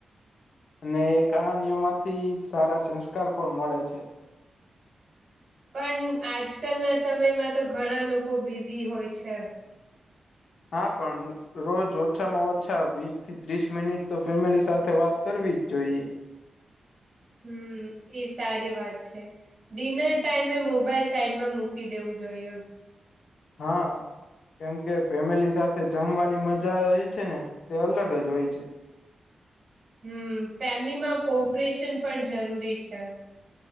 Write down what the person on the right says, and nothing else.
પણ આજકાલના સમયમાં તો ઘણા લોકો બિઝી હોય છે.
હમ એ સારી વાત છે. ડિનર ટાઈમે મોબાઈલ સાઈડમાં મૂકી દેવું જોઈએ એમ
હમ ફેમિલીમાં કોપરેશન પણ જરૂરી છે